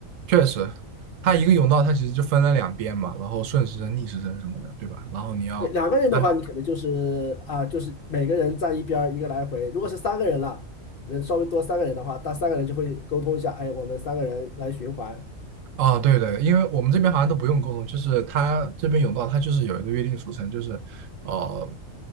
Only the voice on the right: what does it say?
确实，它一个甬道，它其实就分了两边嘛，然后顺时针、逆时针什么的，对吧？然后你要按哪？
哦，对对，因为我们这边好像都不用沟通，就是它这边甬道，它就是有一个约定俗成，就是呃